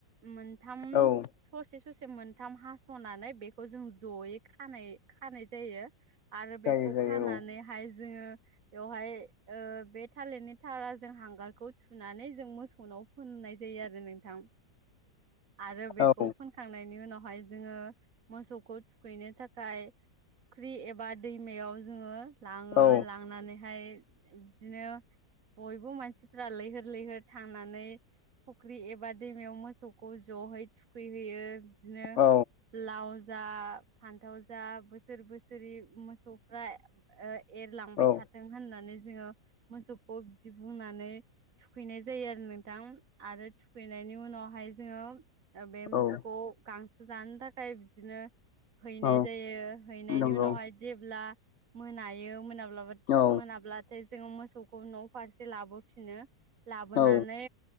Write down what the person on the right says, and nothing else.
मोनथाम
स'से ससे मोनथाम हास'नानै बेखौ जों जयै खानाय खानाय जायो। आरो
बेखौ
खानानैहाय जोङो बेवहाय ओ बे थालिरनि थारा जों हांगारखौ थुनानै जों मोसौनाव फुन नाय जायो आरो नोंथां आरो बेखौ
फुनखांनायनि उनाव हाय जोङो मोसौखौ थुखैनो थाखाय फुख्रि एबा दैमायाव जोङो लाङो
लांनानैहाय बिदिनो बयबो मानसिफ्रा लैहोर लैहोर थांनानै फुख्रि एबा दैमायाव मोसौखौ जयै थुखैहोयो बिदिनो
लाव जा फान्थाव जा बोसोर बोसोरै मोसौफ्रा एरलांबाय
थाथों होननानै जोङो मोसौखौ बिदि बुंनानै थुखैनाय जायो आरो नोंथां आरो थुखैनायनि उनावहाय जोङो बे
मोसौखौ गां जानो थाखाय बिदिनो हैनाय
जायो हैनायनि
उनावहाय जेब्ला मोनायो मोनाब्ला
मोनाब्लाथाय जोङो मोसौखौ न' फारसे लाबोफिनो लाबोनानै